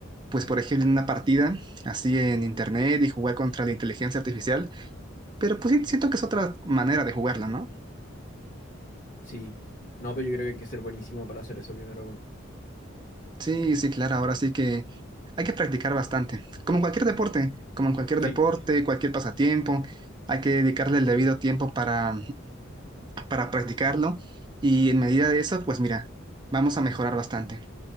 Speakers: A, on the right (about 20°); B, on the left (about 40°).
A: pues, por ejemplo, en una partida así en internet y jugar contra la inteligencia artificial. Pero pues sí, siento que es otra manera de jugarla, ¿no?
B: sí. No, pero yo creo que hay que ser buenísimo para hacer eso primero, weón.
A: Sí, sí, claro, ahora sí que hay que practicar bastante. Como en cualquier deporte, como en cualquier
B: Sí,
A: deporte, cualquier pasatiempo, hay que dedicarle el debido tiempo para para practicarlo y en medida de eso, pues mira, vamos a mejorar bastante.